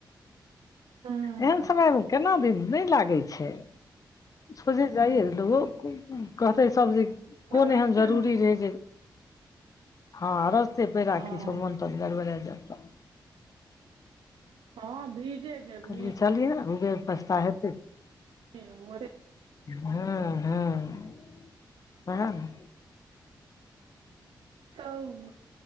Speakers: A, on the right; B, on the left.
A: हुँ
B: एहन समयमे केना दिन नहि लागै छै। सोझे जाइ लोकगो कहतै सब जे। कोन
A: रस्ते
B: एहेन जरूरी
A: मे
B: रहै जे। हँ रस्ते पेरा
A: हँ
B: किछो मोन तन गड़बड़ा जाय तऽ
A: हँ भीजे। जेबही
B: कहलियै चलियै उबेेर पछ्ता हेतै।
A: <unintelligible>
B: हँ हँ सेहा नऽ
A: तब